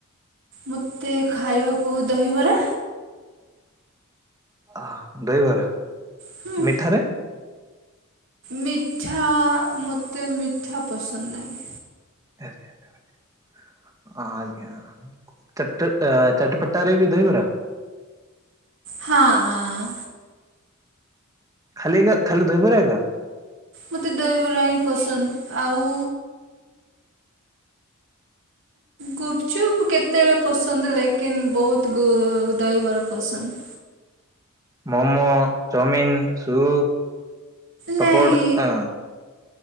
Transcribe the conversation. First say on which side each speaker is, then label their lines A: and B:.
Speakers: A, on the right; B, on the right.
A: ମୋତେ ଖାଇବାକୁ ଦହିବରା
B: ଆହ୍ ଦହିବରା
A: ହୁଁ
B: ମିଠାରେ
A: ମିଠା ମୋତେ ମିଠା ପସନ୍ଦ ନାହିଁ
B: ଆରେ ଆରେ ଭା ଇ ଆଜ୍ଞା ଚଟ ଏ ଚଟପଟାରେ ବି ଦହିବରା
A: ହଁ ହଁ
B: ଖାଲି ଏକା ଖାଲି ଦହିବାରା ଏକା
A: ମତେ ଦହିବରା ହିଁ ପସନ୍ଦ ଆଉ ଗୁପଚୁପ୍ କେତେବେଳେ ପସନ୍ଦ ଲେକିନ୍ ବହୁତ ଗୁ ଦହିବରା ପସନ୍ଦ।
B: ମୋମୋ, ଚାଉମିିନ, ସୁପ
A: ନାଇଁ
B: ପକୋଡ଼ ଆ।